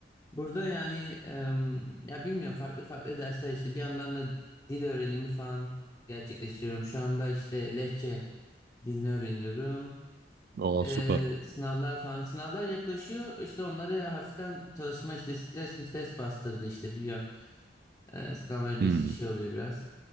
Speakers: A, on the left (about 20°); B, on the right (about 55°).
A: Burada yani em, ya bilmiyorum farklı farklı dersler işte bir yandan da dil öğrenimi falan gerçekleştiriyorum. Şu anda işte Lehçe dilini öğreniyorum.
B: Aa
A: Eee,
B: süper.
A: sınavlar falan sınavlar yaklaşıyor. İşte onlara ya hafiften çalışma işte stres stres bastırdı işte biliyorum. Ee, sınav öncesi
B: Hmm.
A: şey oluyor biraz.